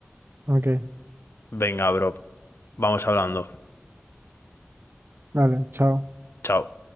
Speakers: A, on the right; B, on the left.
A: Ok.
B: Venga, bro, vamos hablando.
A: Dale. Chao.
B: Chao.